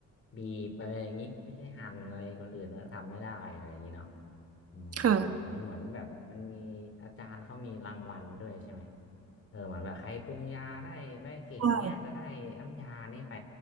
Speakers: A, on the left; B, on the right.
A: บีบอะไรอย่างงี้ไม่ใช่หั่นอะไรคนอื่นแล้วทำไม่ได้อะไรอย่างงี้เนาะอืมเหมือนเหมือนแบบมันมีอาจารย์เขามีรางวัลด้วยใช่ไหม
B: ค่
A: เออเหมือนแบบใครปรุงยาได้ไม่เก่งเนี้ยจะได้น้ำยานี่ไป
B: ะ